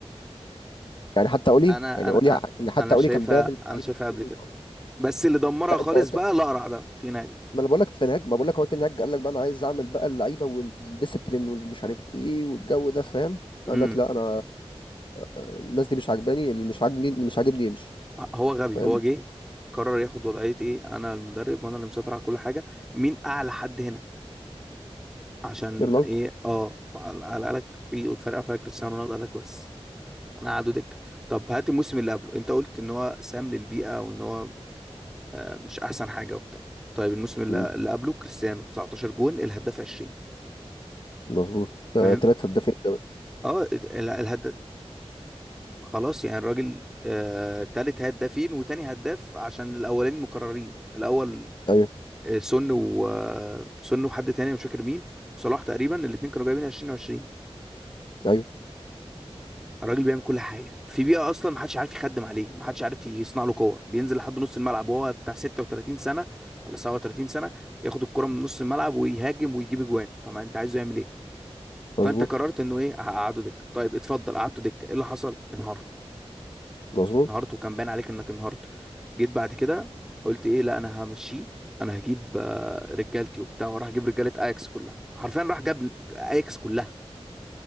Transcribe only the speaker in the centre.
انا
انا
انا
أنا شايفها
انا
شايفها قبل
كده
بس اللي دمرها
خالص
بقى الاقرع ده تيناجم
امم
هو غبي
هو جه قرر ياخد وضعيه ايه انا المدرب وانا اللي مسيطر على كل حاجه مين اعلى حد هنا عشان
ايه اه فعلى- على قالك في فرقه فيها كريستيانو رونالدو قالك بس انا قعدوا دكه طب هات الموسم اللي قبله انت قلت ان هو سام للبيئه وان هو آه، مش احسن حاجه وبتاع طيب الموسم اللي
اللي قبله كريستيانو 19 جون الهداف 20
فاهم
اه ال- الهداف خلاص يعني الراجل آه تالت هدافين وتاني هداف عشان الاولين مكررين الاول
آه، سن و آه، سن وحد تاني مش فاكر مين وصلاح تقريبا الاتنين كانوا جايبين 20 و20
الراجل بيعمل كل حاجه في بيئه اصلا محدش عارف يخدم عليه محدش عارف يصنع له كور بينزل لحد نص الملعب وهو بتاع 36 سنه ولا 37 سنه ياخد الكره من نص الملعب ويهاجم ويجيب اجوان طبعا انت عايزه يعمل ايه
فانت قررت انه ايه هقعده دكه طيب اتفضل قعدته دكه ايه اللي حصل انهارت
انهارت وكان باين عليك انك انهارت جيت بعد كده قلت ايه لا انا همشيه انا هجيب آه، رجالتي وبتاع وراح اجيب رجاله اياكس كلها حرفيا راح جاب اياكس كلها